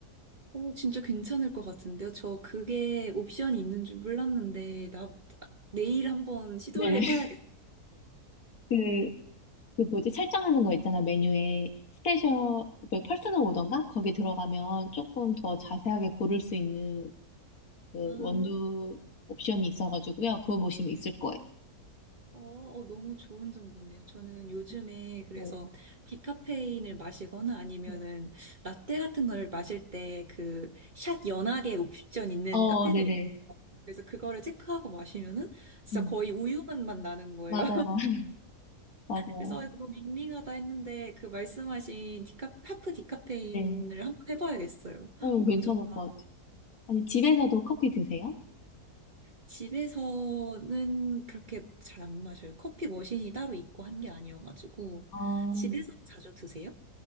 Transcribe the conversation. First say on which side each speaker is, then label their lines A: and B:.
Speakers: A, on the right; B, on the left.
A: 오, 진짜 괜찮을 것 같은데요? 저 그게 옵션이 있는 줄 몰랐는데, 나, 나- 내일 한번 시도를
B: 네네.
A: 해봐야겠어요.
B: <laughs> 그, 그 뭐지? 설정하는 거 있잖아. 메뉴에 스페셜, 뭐 퍼스널 오던가? 거기 들어가면 조금 더 자세하게 고를 수 있는 그
A: 아,
B: 원두 옵션이 있어가지고요. 그거 보시면 있을 거예요.
A: 어, 어, 너무 좋은 정보네요. 저는 요즘에
B: 네.
A: 그래서
B: 네.
A: 디카페인을 마시거나 아니면은
B: 네.
A: 라떼 같은 걸 마실 때 그 샷 연하게 옵션 있는
B: 어,
A: 카페들이
B: 네네.
A: 있어요. 그래서 그거를 체크하고 마시면은 진짜
B: 음,
A: 거의 우유 맛만 나는 거예요.
B: 맞아요. <laughs> 맞아요.
A: 그래서 이거 너무 밍밍하다 했는데 그 말씀하신 디카, 하프 디카페인을
B: 네.
A: 한번 해봐야겠어요. <gasps> 헉,
B: 어,
A: 너무
B: 괜찮을
A: 좋다.
B: 것 같아요. 아니, 집에서도 커피 드세요?
A: 집에서는 그렇게 잘 안 마셔요. 커피 머신이 따로 있고 한 게 아니어가지고
B: 아,
A: 집에서 자주 드세요?